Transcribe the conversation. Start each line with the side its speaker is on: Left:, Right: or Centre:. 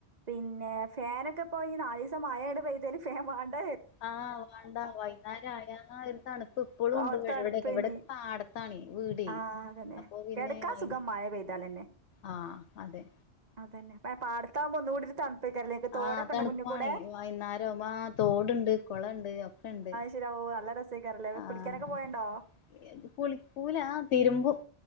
Right: പിന്നെ ഫാനൊക്കെ ഇപ്പം ഈ നാല് സം മഴയാണ്ട് പെയ്താല് ഫാൻ വേണ്ട
Left: ആഹ് വാണ്ടാ വൈകുന്നേരം ആയാ തണുപ്പ് ഇപ്പളും
Right: ഓഹ്
Left: ഉണ്ടിവിടെ
Right: തണുപ്പേനി.
Left: എവിടൊക്കെ പാടത്താണെ വീട്
Right: ആഹ് അതന്നെ.
Left: അപ്പൊ പിന്നെ
Right: കെടക്കാൻ
Left: വൈ
Right: സുഖം മഴ പെയ്താലന്നെ.
Left: ആഹ് അതെ
Right: അതന്നെ പാടത്താവുമ്പം ഒന്നുകൂടി <unintelligible>
Left: ആഹ് തണുപ്പാണെ
Right: മുന്ന്കൂടെ?
Left: വൈകുന്നേരം ആവുമ്പം ആഹ് തോടുണ്ട് കുളണ്ട് ഒക്കെയുണ്ട്
Right: <unintelligible>
Left: ആഹ്
Right: കുളിക്കാനൊക്കെ പോവേണ്ടോ?
Left: അതന്നെ കുളിക്കൂലാ തിരുമ്പും